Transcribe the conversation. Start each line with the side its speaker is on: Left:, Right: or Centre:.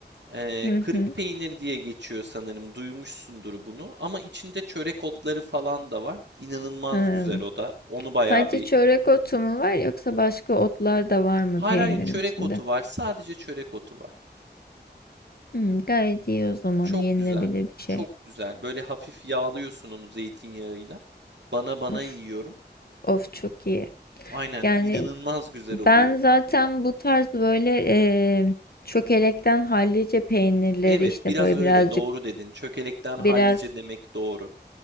Right: Ee,
Left: Hı
Right: kırık
Left: hı.
Right: peynir diye geçiyor sanırım. Duymuşsundur bunu. Ama içinde çörek otları falan da var. İnanılmaz
Left: Hmm.
Right: güzel o da. Onu bayağı
Left: Sadece
Right: bir...
Left: çörek otu mu var yoksa başka otlar da var mı
Right: Hayır
Left: peynirin
Right: hayır çörek
Left: içinde?
Right: otu var. Sadece çörek otu var.
Left: Hmm, gayet iyi o zaman
Right: Çok
Left: yenilebilir
Right: güzel.
Left: bir şey.
Right: Çok güzel. Böyle hafif yağlıyorsun onu zeytinyağıyla. Bana bana
Left: Of
Right: yiyorum.
Left: of çok iyi.
Right: Aynen
Left: Yani
Right: inanılmaz güzel
Left: ben
Right: oluyor.
Left: zaten bu tarz böyle eee çökelekten hallice peynirleri
Right: Evet
Left: işte
Right: biraz
Left: böyle
Right: öyle.
Left: birazcık
Right: Doğru dedin. Çökelekten
Left: biraz
Right: hallice demek doğru.